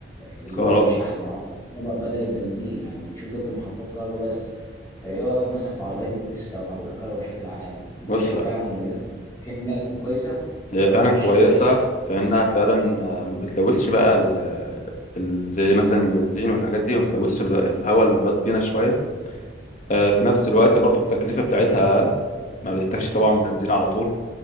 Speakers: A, on the left (about 15°); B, on the left (about 45°).
A: اللي
B: كهرباء
A: هو شحن العربيات الكهرباء بدل البنزين يعني بنشوف دلوقتي محطات كهرباء بس فايه رايك مثلا في عربيات التسلا او العربيات الكهرباء بشكل عام انت
B: بص
A: شايف فعلا مميزات شايف انها تكون كويسه
B: هي
A: انا
B: فعلا
A: مش
B: كويسة
A: شايف كده
B: فإنها فعلا آه، ما بتلوثش بقى ال... ال... زي مثلا البنزين والحاجات دي ما بتلوثش الغ- الهواء المحيط بينا شوية آه، في نفس الوقت برضو التكلفة بتاعتها أقل ما بتحتاجش طبعا بنزين على طول